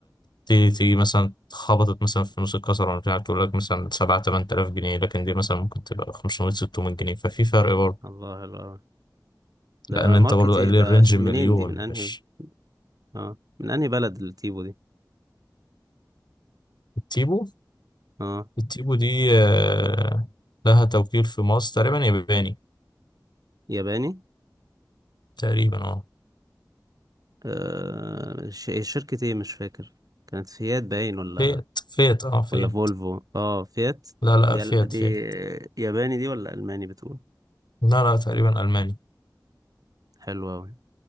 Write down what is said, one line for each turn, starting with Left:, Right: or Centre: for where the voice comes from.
Left: تيجي تيجي مثلا اتخبطت مثلا في نص الكسر ولا بتاع تقول لك مثلا سبعة تمن تلاف جنيه لكن دي مثلا ممكن تبقى خمسمية ستمية جنيه ففي فرق برضه
Right: الله حلو أوي. ده
Left: لأن أنت
Right: ماركت
Left: برضه قال
Right: إيه؟ ده
Left: لي الرينج
Right: ش- منين
Left: مليون
Right: دي من انهي
Left: مش
Right: اه من انهي بلد التيبو دي
Left: التيبو
Right: اه
Left: التيبو دي آه، لها توكيل في مصر تقريبا ياباني
Right: ياباني
Left: تقريبا اه
Right: آه ش- شركة ايه مش فاكر كانت فيات باين ولا
Left: فيت فيت اه فيت
Right: ولا فولفو اه فيات
Left: لا لا
Right: دي
Left: فيت
Right: ال- دي
Left: فيت
Right: ياباني دي ولا الماني بتقول
Left: لا لا تقريبا ألماني
Right: حلوة أوي.